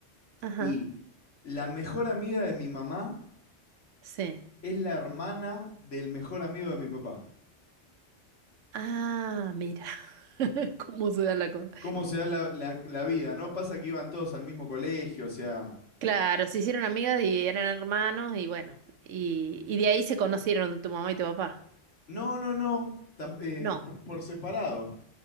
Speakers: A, on the right; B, on the left.
A: Ajá,
B: y la mejor amiga de mi mamá
A: sí.
B: es la hermana del mejor amigo de mi papá.
A: Ah, mira, <laughs> cómo se da la cosa.
B: ¿Cómo se da la, la- la vida? ¿No pasa que iban todos al mismo colegio? O sea,
A: Claro, se hicieron amigas y eran hermanos y bueno, y, y de ahí se conocieron tu mamá y tu papá.
B: no, no, no, tam- eh,
A: No.
B: po- por, separado.